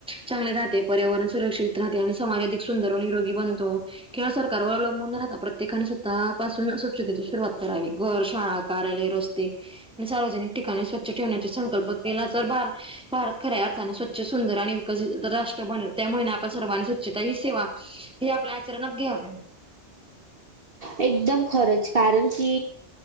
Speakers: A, in the centre; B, on the right (about 55°).
A: चांगले राहते पर्यावरण सुरक्षित राहते आणि समाज सुंदर व निरोगी बनतो केवळ सरकारवर अवलंबून राहता प्रत्येकाने स्वतःपासून स्वच्छतेची सुरुवात करावी घर, शाळा, कार्यालय, रस्ते सार्वजनिक ठिकाणी स्वच्छ ठेवण्या संकल्प केला तर भार भारत खऱ्या अर्थाने स्वच्छ सुंदर आणि विकसित राष्ट्र बनेल त्यामुळे आपण सर्वांनी स्वच्छता ही सेवा हेआपल्या आचरणात घ्यावे
B: एकदम खरच कारण की